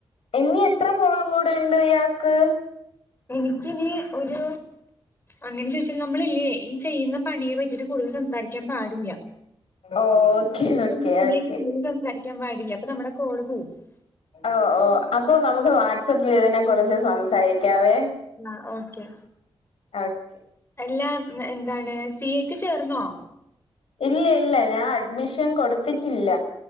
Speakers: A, on the left (about 80°); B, on the left (about 25°).
A: ഇനി എത്ര കോളും കൂടെ ഉണ്ട് ഇയാക്ക്
B: എനിക്കിനി ഒരു അങ്ങനെ ചോദിച്ചാൽ നമ്മള ഇല്ലേ ഈ ചെയ്യുന്ന പണിയെ വെച്ചിട്ട് കൂടുതൽ സംസാരിക്കാൻ പാടില്ല
A: ഓക്കെ
B: അത
A: ഓക്കെ ഓക്കെ
B: ഇേക്ക് കടുലും സംസാരിക്കാൻ പാടില്ല അപ്പൊ നമ്മുടെ കോൾ പോവും <unintelligible>
A: ഓ ഓ അപ്പൊ നമുക്ക് വാട്സപ്പിൽ ഇതിനെ കുറിച്ച് സംസാരിക്കാവേ
B: ആഹ് ഓക്കെ
A: ഓക്കെ
B: എല്ലാം എന്താണ് സി എക്ക് ചേർന്നോ
A: ഇല്ല ഇല്ല ഞാൻ അഡ്മിഷൻ കൊടുത്തിട്ടില്ല